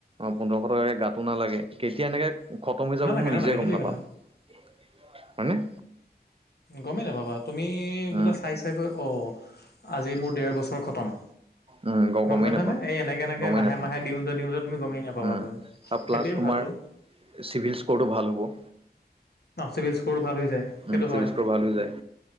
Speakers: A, on the right (about 35°); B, on the left (about 70°).
A: অ' পোন্ধৰশ টকাকে গাতো নালাগে কেতিয়া এনেকে। খতম হৈ যাব
B: নালাগে
A: মই
B: নালাগে
A: নিজে
B: সেইটোৱে
A: গম নাপাম
B: কথা
A: হয়নে?
B: গমেই নাপাবা, তুমি
A: উম,
B: বোলে চাই চাইগৈ অঁ আজি মোৰ ডেৰ বছৰ খটম।
A: উম, গ
B: গম
A: গমেই
B: পাইছানে।
A: নাপাম
B: এই এনেকে -এনেকে
A: গমেই
B: মাহে
A: নাপাম
B: মাহে দিওতে দিওঁতে তুমি গমেই নাপাবা
A: উম,
B: আকৌ
A: আৰু প্লাছ
B: সেইটোৱে
A: তোমাৰ
B: ভাল অ'
A: চিভিল স্ক'ৰটো ভাল হ'ব।
B: চিভিল স্ক'ৰো ভাল হৈ যায়,
A: উম,
B: সেইটো
A: চিভিল
B: হয়।
A: স্ক'ৰ ভাল হৈ যায়